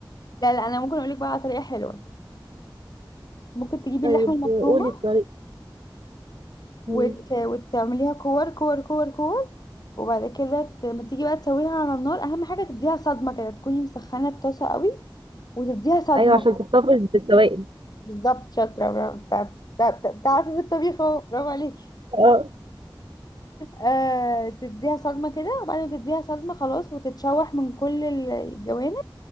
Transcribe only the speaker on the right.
طيب
قولي الطريقه
مم.
ايوه عشان تحتفظ بالسوائل
اه